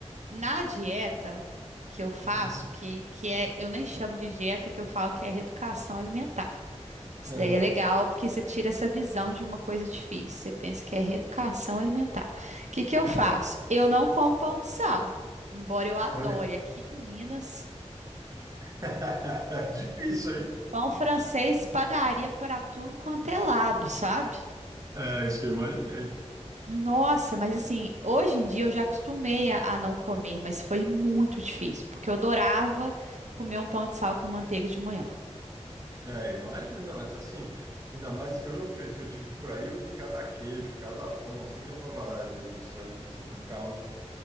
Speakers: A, on the right; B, on the right.
A: na dieta que eu faço,
B: Uhum.
A: que, que é, eu nem chamo de dieta, que eu falo que é reeducação alimentar. Isso
B: Aham,
A: daí é legal, porque você tira essa visão de uma coisa difícil. Você pensa que é reeducação alimentar. O que que eu faço?
B: Tá.
A: Eu não como pão de sal, embora eu adore
B: Olha.
A: aqui em Minas,
B: <laughs> Difícil, hein?
A: pão francês, padaria para tudo quanto é lado, sabe?
B: É isso que eu imaginei.
A: Nossa, mas assim, hoje em dia eu já acostumei a, a não comer, mas foi muito difícil, porque eu adorava comer um pão de sal com manteiga de manhã.
B: É, imagina, mas assim, ainda mais, eu a última vez que eu tive por aí, eu vi cada queijo, cada pão, assim, que eu falava, ai, Deus do céu, isso é um caos,